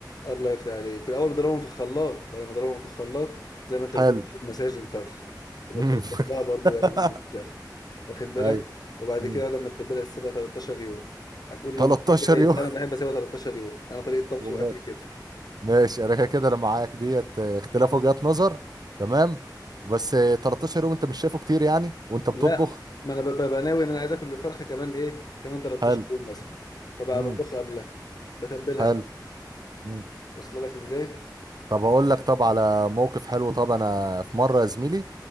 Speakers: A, on the left; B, on the right.
A: الله يفتح عليك في الاول بضربهم في الخلاط بعد ما اضربهم في الخلاط زي ما انت
B: حلو
A: بتقول بتعمل مساج للفرخه وبتلطش
B: مم.
A: لها برضو
B: <laughs>
A: يعني وبتاع. واخد بالك
B: ايوه
A: وبعد
B: مم.
A: كده بعد ما تتبلها تسيبها 13 يوم هتقول لي
B: 13
A: يومين كفايه
B: يوم
A: انا بحب اسيبها 13 يوم انا طريقه
B: <laughs>
A: طبخي
B: ومال.
A: واكلي كده
B: ماشي انا كده كده انا معاك ديت اه، اختلاف وجهات نظر تمام وبس اه، 13 يوم انت مش شايفه كتير يعني وانت بتطبخ
A: لا ما انا ببقى ببقى ناوي ان انا عايز اكل الفرخه كمان ايه كمان 13
B: حلو
A: يوم مثلا فبقى
B: مم.
A: بطبخها قبلها بتبلها
B: حلو مم.
A: واصله لك ازاي
B: طب هقول لك طب على موقف حلو طب انا في مره يا زميلي